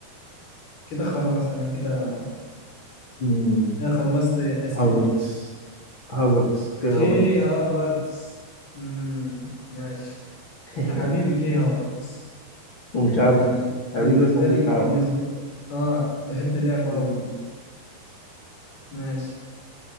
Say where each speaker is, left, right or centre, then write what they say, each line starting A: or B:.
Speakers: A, on the left; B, on the left.
A: كده خلاص أنا كده
B: مم.
A: كده خلصت أسئلتي
B: هافرتس هافرتس اوكي
A: كي
B: هافرتس
A: هافرتس مم. ماشي
B: <laughs>
A: ده حبيبي كي هافرتس
B: ومش عارف
A: يعني
B: حبيبك
A: بالنسبة
B: ومش
A: لي
B: عارف
A: بالنسبة آه بحب لعبه
B: مم.
A: أوي ماشي